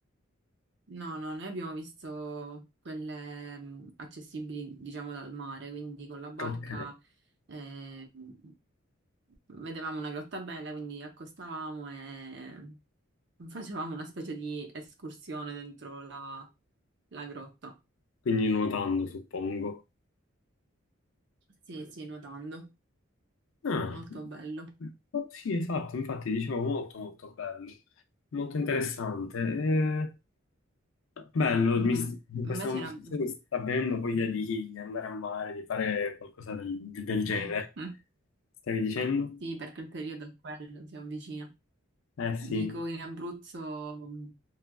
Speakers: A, on the right; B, on the left.
A: No, no, noi abbiamo visto quelle mh, accessibili, diciamo, dal mare, quindi con la barca
B: Ok,
A: eh, mh, vedevamo una grotta bella, quindi accostavamo e facevamo una specie di escursione dentro la, la grotta.
B: quindi nuotando, suppongo.
A: Sì, sì, nuotando,
B: Ah,
A: molto bello.
B: oh, sì, esatto, infatti dicevo molto molto bello, molto interessante. Eh, Bello,
A: Mhm.
B: mi st- in
A: Invece
B: questa conversazione
A: in Abruzzo,
B: mi sta avvenendo voglia di andare a mare, di fare qualcosa del, del genere.
A: <laughs>
B: Stavi dicendo?
A: sì, perché il periodo è quello, si avvicina.
B: Eh
A: Dico
B: sì.
A: in Abruzzo. mm,